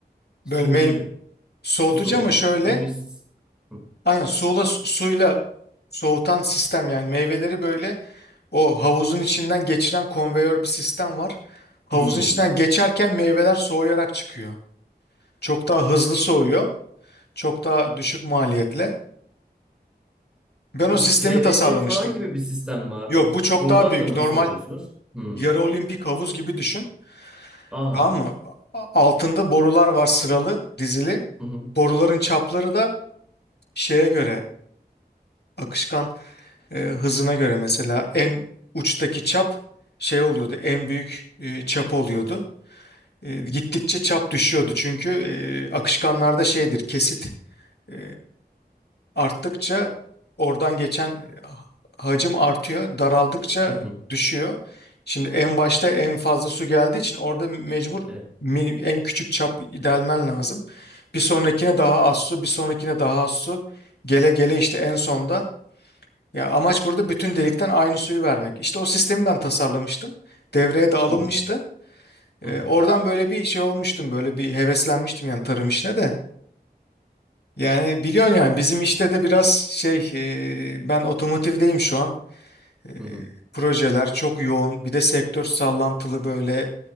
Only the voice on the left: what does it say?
Bölme soğutucu
ama şöyle
aynen suyla, suyla soğutan sistem yani meyveleri böyle o havuzun içinden geçiren konveyör bir sistem var. Havuzun
içinden geçerken meyveler soğuyarak çıkıyor. Çok daha hızlı soğuyor. Çok daha düşük maliyetle. Ben o
sistemi
tasarlamıştım.
Yok bu çok
daha büyük.
Normal
yarı olimpik havuz gibi düşün.
Tamam mı? A- Altında borular var sıralı, dizili.
Boruların çapları da şeye göre, akışkan e, hızına göre mesela en uçtaki çap şey oluyordu, en büyük e, çap oluyordu. E, gittikçe çap düşüyordu çünkü e, akışkanlarda şeydir, kesit e, arttıkça oradan geçen e, hacim artıyor. Daraldıkça
düşüyor. Şimdi en başta en fazla su geldiği için orada mecbur
min- en küçük çap delmen lazım. Bir sonrakine daha az su, bir sonrakine daha az su. Gele gele işte en sonda. Ya amaç burada bütün delikten aynı suyu vermek. İşte o sistemi ben tasarlamıştım. Devreye de alınmıştı.
Ee,
oradan böyle bir şey olmuştum, böyle bir heveslenmiştim yani tarım işine de. Yani biliyorsun yani bizim işte de biraz şey e, ben otomotivdeyim şu an. E,
projeler çok yoğun. Bir de sektör sallantılı böyle